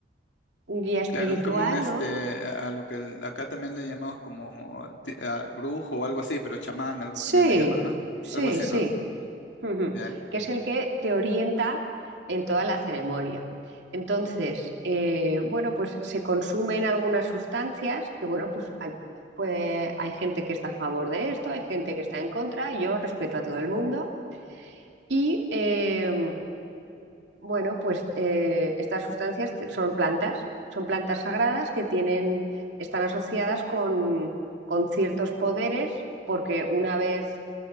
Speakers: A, on the right (about 70°); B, on the left (about 80°).
A: un guía espiritual,
B: Claro, es como un este,
A: ¿no?
B: a a lo que el- acá también le llamamos como eh, ti- a brujo o algo así, pero chamán, algo
A: Sí,
B: también le llaman, ¿no?
A: sí,
B: Algo así,
A: sí.
B: ¿no?
A: Ujú.
B: Bien.
A: que es el que te orienta en toda la ceremonia. Entonces, eh, bueno, pues se consumen algunas sustancias que, bueno, pues hay, pues hay gente que está a favor de esto, hay gente que está en contra, y yo respeto a todo el mundo Y eh, bueno, pues eh, estas sustancias te- son plantas, son plantas sagradas que tienen, están asociadas con, con ciertos poderes, porque una vez